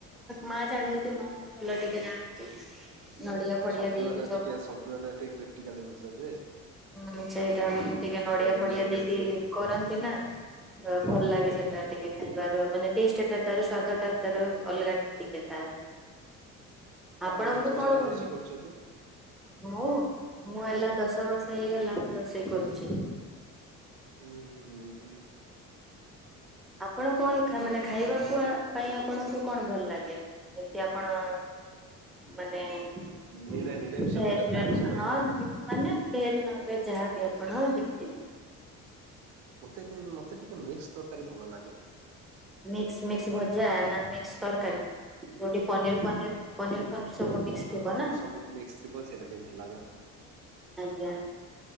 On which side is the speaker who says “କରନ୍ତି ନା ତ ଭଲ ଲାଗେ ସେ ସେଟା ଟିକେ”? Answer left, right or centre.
Centre